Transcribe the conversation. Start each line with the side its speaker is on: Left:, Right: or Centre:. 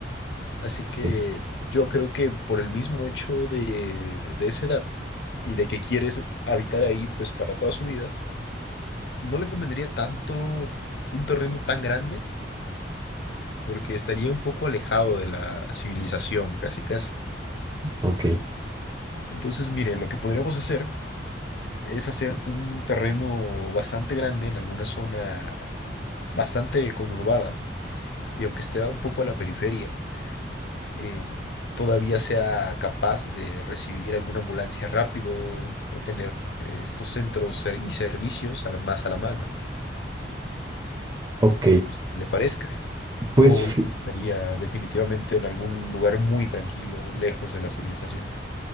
Left: Así que
Right: Sí.
Left: yo creo que por el mismo hecho de, de esa edad, y de que quieres habitar ahí pues para toda su vida, no le convendría tanto un terreno tan grande porque estaría un poco alejado de la civilización, casi casi.
Right: Ok,
Left: Entonces, mire, lo que podríamos hacer es hacer un terreno bastante grande en alguna zona bastante conurbada y aunque esté un poco a la periferia, eh, todavía sea capaz de recibir alguna ambulancia rápido o tener eh, estos centros ser- y servicios a la- más a la mano,
Right: ok.
Left: no sé qué le parezca.
Right: Pues
Left: ¿O le gustaría definitivamente en algún lugar muy tranquilo, lejos de la civilización?